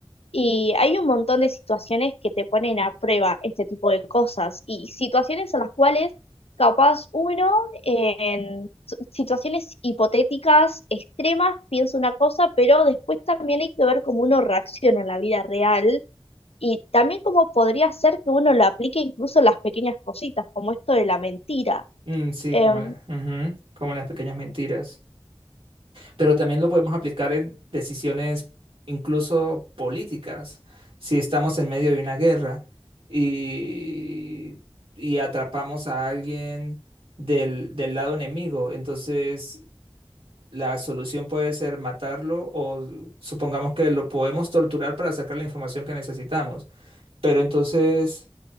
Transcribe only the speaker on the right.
Mm, sí, como
la, ujú, como las pequeñas mentiras. pero también lo podemos aplicar en decisiones incluso políticas. Si estamos en medio de una guerra y, y atrapamos a alguien del, del lado enemigo, entonces la solución puede ser matarlo o supongamos que lo podemos torturar para sacar la información que necesitamos. Pero entonces,